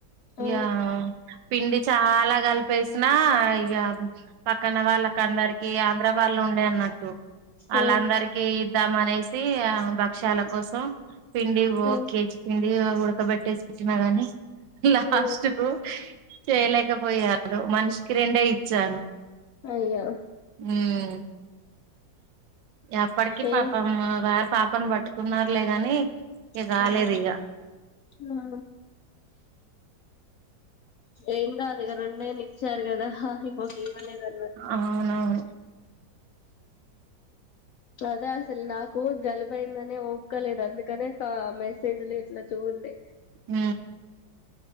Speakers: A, on the left; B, on the right.
A: ఆ
B: యా పిడి చాలా కలిపేసినా ఇక పక్కన వాళ్ళక అందరికి ఆంధ్ర వాళ్ళు ఉండే అన్నట్టు వాళ్ళ
A: ఆ
B: అందరికిీ ఇద్దామనే ఆ భక్ష్యాల కోసం అండి ఓ
A: ఆ
B: కేజీ పిం ఉుడకబట్టేసి పెచ్చ మగానీ లా
A: ఆ
B: అస్కు చేయలేకపోయాద మనిషికి రెండే ఇచ్చాను
A: అయ్యో
B: ఉమ్ ఎప్పటికిీ
A: ఏయ్
B: పాపం వే పాపం బటు కున్నారులే గాని ఇగ కాలేదు
A: కదే
B: ఇగ
A: ఆ ఏం కాదు ఇగ రెండేలు ఇచ్చారు కదా హా <inaudible> మలేదన్నట్
B: అవునవును
A: కదా అసలు నాకు జలుబయ్యిందనే ఓపికలేదు అందుకనే ఆ మెసేజ్లు ఇట్లా చూడలే
B: ఊ